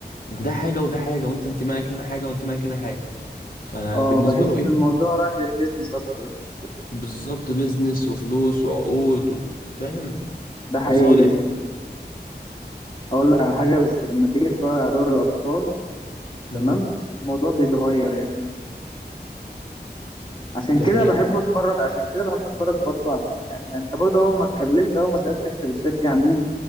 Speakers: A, on the left; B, on the left.
A: ده حاجة وده حاجة وأنت انتمائك هنا حاجة وانتمائك هنا حاجة فبالنسبة
B: اه بحس
A: له إيه
B: ان الموضوع رايح للبيزنس اكتر
A: بالظبط بيزنس وفلوس وعقود و... فاهم
B: ده حقيقي
A: مصالح
B: يا زميلي اقول لك على حاجه بس لما تيجي تتفرج على دوري الابطال
A: امم
B: تمام الموضوع بيتغير يا زميلي عشان
A: دي
B: كده
A: حقيقة
B: بحب اتفرج عشان كده بحب اتفرج برضو على ال- يعني انت برضو اول ما اتكلمت اول ما سالتك انت بتشجع مين